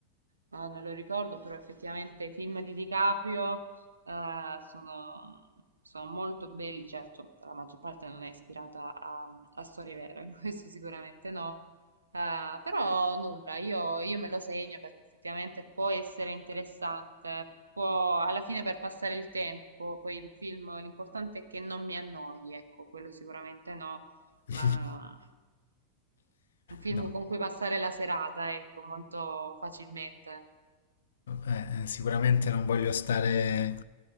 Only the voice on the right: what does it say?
no, non lo ricordo, però effettivamente i film di DiCaprio, eh, sono sono molto belli, certo, la maggior parte non è ispirata a, a storie vere, <laughs> questo sicuramente no. Eh, però nulla, io, io me lo segno perché effettivamente può essere interessante, può alla fine per passare il tempo, poi il film l'importante è che non mi annoi, ecco, quello sicuramente no, ma
un film
con cui passare la serata, ecco, molto facilmente.